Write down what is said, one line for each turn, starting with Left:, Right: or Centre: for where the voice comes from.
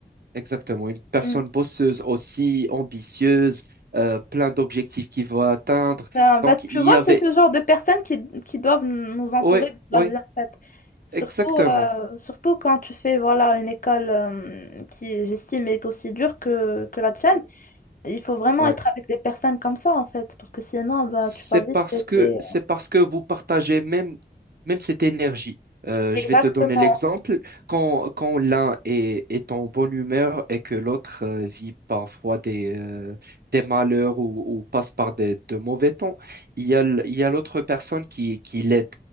Right: Exactement, une personne
Left: Mm.
Right: bosseuse aussi, ambitieuse, euh, plein d'objectifs qu'il veut atteindre.
Left: Ben, bah,
Right: Donc,
Left: tu
Right: il
Left: vois,
Right: y avait...
Left: c'est ce genre de personnes qui, qui doivent nous entourer
Right: Oui,
Left: de la
Right: oui,
Left: vie en fait. Surtout,
Right: exactement.
Left: euh, surtout quand tu fais voilà, une école euh, qui, j'estime, est aussi dure que, que la tienne. Il faut vraiment
Right: Oui,
Left: être avec des personnes comme ça en fait, parce que sinon, ben,
Right: C'est
Left: tu vas vite.
Right: parce
Left: et
Right: que
Left: c'est-
Right: c'est parce que vous partagez même même cette énergie. Euh,
Left: Exactement,
Right: je vais te donner l'exemple. Quand, quand l'un est, est en bonne humeur et que l'autre euh, vit parfois des, euh, des malheurs ou, ou passe par des, de mauvais temps, il y a, l- il y a l'autre personne qui, qui l'aide.